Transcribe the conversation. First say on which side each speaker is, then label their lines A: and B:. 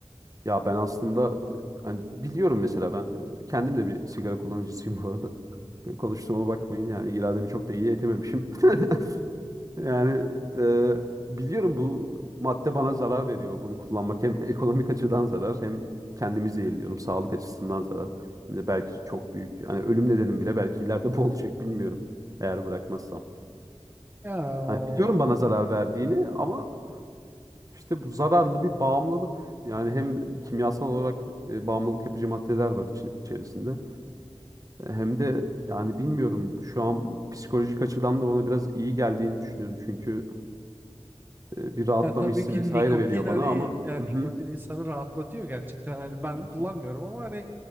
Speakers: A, on the right; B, on the right.
A: Ya ben aslında e, hani biliyorum mesela ben e, kendim de bir sigara kullanıcısıyım bu arada. Böyle Konuştuğuma bakmayın yani irademi çok da iyi etememişim. <laughs> Yani e, biliyorum bu madde bana zarar veriyor bunu kullanmak. Hem ekonomik açıdan zarar hem kendimi zehirliyorum sağlık açısından zarar. Hem de belki çok büyük hani ölüm nedenim bile belki ileride bu <laughs> olacak bilmiyorum eğer bırakmazsam.
B: Ya o
A: Hani biliyorum bana zarar verdiğini ama İşte bu zararlı bir bağımlılık. Yani hem kimyasal olarak e, bağımlılık yapıcı maddeler var için, içerisinde. E, Hem de yani bilmiyorum şu an psikolojik açıdan da bana biraz iyi geldiğini düşünüyorum. Çünkü e, bir rahatlama
B: ya tabii
A: hissi
B: ki
A: vesaire
B: nikotin
A: veriyor
B: hani
A: bana ama
B: yani
A: Hı
B: nikotin
A: hı,
B: insanı rahatlatıyor gerçekten. Hani ben
A: hı
B: kullanmıyorum
A: hı,
B: ama hani